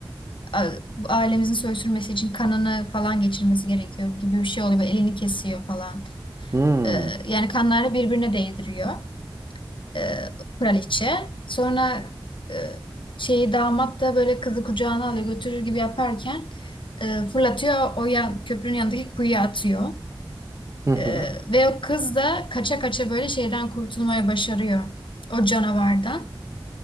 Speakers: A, on the left; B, on the right.
A: a- Ailemizin soy sürmesi için kanını falan geçirmesi gerekiyor gibi bir şey oluyor. Böyle elini kesiyor falan.
B: Hmm.
A: Ee, yani kanları birbirine değdiriyor e, kraliçe. Sonra e, şeyi damat da böyle kızı kucağına alıyor götürür gibi yaparken e, fırlatıyor o yan, köprünün yanındaki kuyuya atıyor.
B: Hı hı.
A: E, ve o kız da kaça kaça böyle şeyden kurtulmaya başarıyor o canavardan.